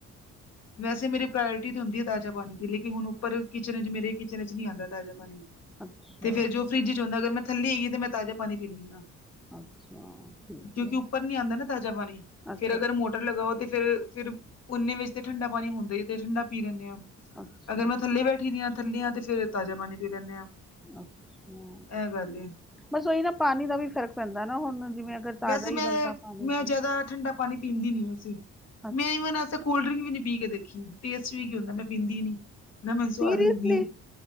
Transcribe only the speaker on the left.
ਵੈਸੇ ਮੇਰੀ ਪ੍ਰਾਇਰਟੀ ਤੇ ਹੁੰਦੀ ਆ ਤਾਜ਼ਾ ਪਾਣੀ ਦੀ, ਲੇਕਿਨ ਹੁਣ ਉੱਪਰ ਕਿਚਨ ਚ, ਮੇਰੇ ਕਿਚਨ ਚ ਨਹੀਂ ਆਉਂਦਾ ਤਾਜ਼ਾ ਪਾਣੀ।
ਤੇ ਫੇਰ ਜੋ ਫਰਿੱਜ ਚ ਹੁਂਦਾ, ਅਗਰ ਮੈਂ ਥੱਲੇ ਹੇਗੀ ਤੇ ਮੈਂ ਤਾਜ਼ਾ ਪਾਣੀ ਪੀਂਦੀ ਹਾਂ
ਕਿਉਂਕਿ
ਉੱਪਰ ਨੀ ਆਉਂਦਾ ਨਾ ਤਾਜ਼ਾ ਪਾਣੀ,
ਫੇਰ ਅਗਰ ਮੋਟਰ ਲਗਾਓ ਤੇ ਫੇਿਰ ਫਿਰ ੳਨੇ ਵਿੱਚ ਤੇ ਠੰਡਾ ਪਾਣੀ ਹੁੰਦਾ ਤੇ ਠੰਡਾ ਪੀ ਲੈਂਦੇ ਹਾਂ,
ਅਗਰ ਮੈਂ ਥੱਲੇ ਬੈਠੀ ਦੀ ਹਾਂ ਥੱਲੇ ਆਂ ਤੇ ਫੇਰ ਤਾਜ਼ਾ ਪਾ ਪੀ ਲੈਂਦੇ ਹਾਂ
ਇਹ ਗੱਲ ਏ।
ਵੈਸੇ
ਮੈਂ
ਮੈਂ
ਜ਼ਿਆਦਾ ਠੰਡਾ ਪਾਣੀ ਪੀਂਦੀ ਨੀ ਵੈਸੇ,
ਮੈਂ ਈਵਨ ਅਜ ਤਕ ਕੋਲਡ ਡਰਿੰਕ ਵੀ ਨੀ ਪੀ ਕੇ ਦੇਖੀ, ਟੇਸਟ ਵੀ ਕੀ ਹੁੰਦਾ, ਮੈਂ ਪੀਂਦੀ ਨੀ ਨਾ ਮੈਨੂੰ ਸਵਾਦ
ਲੱਗਦੀ ਆ।